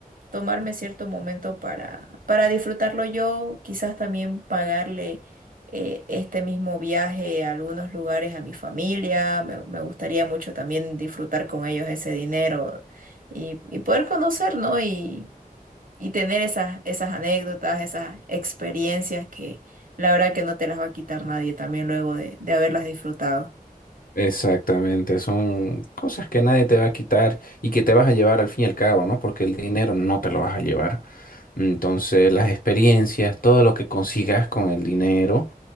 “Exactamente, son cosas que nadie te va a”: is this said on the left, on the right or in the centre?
Left